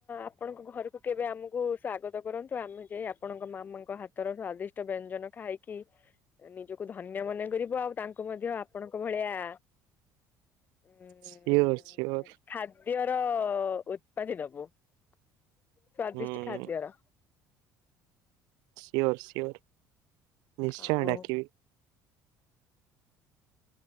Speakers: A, on the left; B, on the right.
A: ଆପଣଙ୍କ ଘରକୁ କେବେ ଆମକୁ ସ୍ଵାଗତ କରନ୍ତୁ ଆମେ ଯାଇ ଆ ଆପଣଙ୍କ ମାମାଙ୍କ ହାତର ସ୍ଵାଦିଷ୍ଟ ବ୍ୟଞ୍ଜନ ଖାଇକି ନିଜକୁ ଧନ୍ୟ ମନେ କରିବୁ। ଆଉ ତାଙ୍କୁ ମଧ୍ୟ ଆପଣଙ୍କ ଭଳିଆ ଉଁ
B: ସିଓର ସିଓର
A: ଖାଦ୍ୟର ଉତ୍ପାଦି ଦବୁ ସ୍ଵାଦିଷ୍ଟ
B: ହୁଁ
A: ଖାଦ୍ୟର।
B: Sure sure. ନିଶ୍ଚୟ
A: ଆଉ
B: ଡାକିବି।